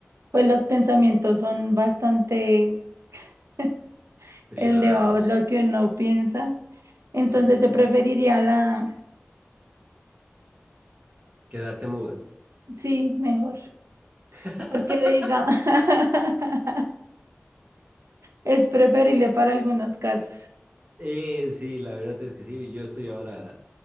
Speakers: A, on the right; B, on the right.
A: pues los pensamientos son bastante <laughs>
B: Privados,
A: elevados, lo que uno piensa. Entonces
B: sí.
A: yo preferiría la,
B: Quedarte muda.
A: sí, mejor,
B: <laughs>
A: porque diga, <laughs> es preferible para algunos casos.
B: Eh, sí, la verdad es que sí, yo estoy ahora,